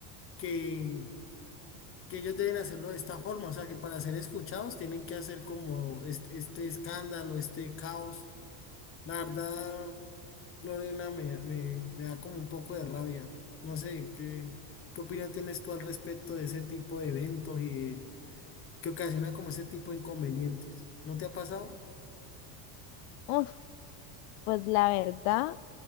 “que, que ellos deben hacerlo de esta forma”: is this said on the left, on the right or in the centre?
Left